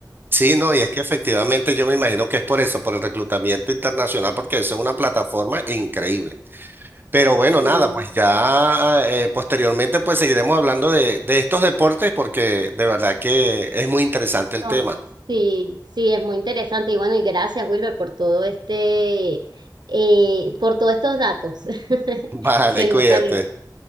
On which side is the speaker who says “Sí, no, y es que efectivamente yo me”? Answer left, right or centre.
Right